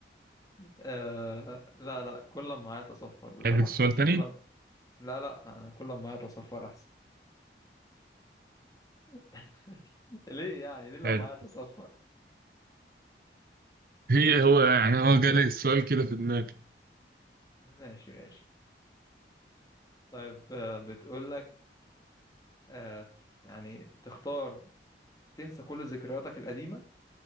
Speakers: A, on the left; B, on the right.
A: آه لا لا كل ما معايا اتصفر بصراحه
B: عندك سؤال
A: اصل
B: تاني؟
A: كل ما... لا لا انا كل ما معايا اتصفر احسن <laughs> ليه يعني ليه لما
B: حلو.
A: معايا اتصفر
B: هي هو يعني هو جالي السؤال كده في دماغي
A: ماشي ماشي طيب آه، بتقول لك آه يعني تختار تنسى كل ذكرياتك القديمه